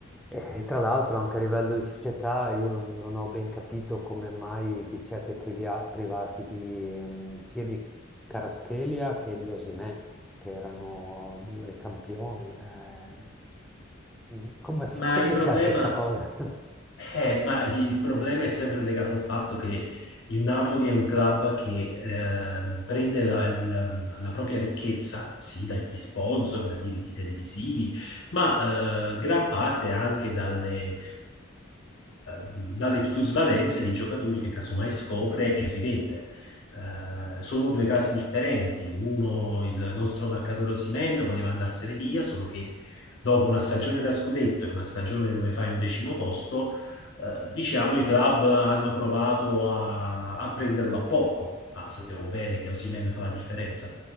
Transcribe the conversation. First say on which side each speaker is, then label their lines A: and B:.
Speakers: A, in the centre; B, on the left.
A: E e tra l'altro anche a livello di società io non, non ho ben capito come mai vi siete privia- privati di, ehm, sia di Kvaratskhelia che di Osimhen, che erano due campioni. eh. mm, Come,
B: Ma
A: come
B: il
A: è successa
B: problema
A: sta cosa?
B: Eh, ma il problema è sempre legato al fatto che il Napoli è un club che ehm, prende la, il- la propria ricchezza, sì, dagli sponsor, da diritti televisivi, ma eh, gran parte anche dalle, eh, dalle plusvalenze dei giocatori che casomai scopre e rivende.
A: <laughs>
B: Eh, sono due casi differenti. Uno, il nostro marcatore Osimhen poteva andarsene via, solo che dopo una stagione da scudetto e una stagione dove fai un decimo posto, eh, diciamo i club hanno provato a, a prenderlo a poco, ma sappiamo
A: Mm.
B: bene che Osimhen fa la differenza.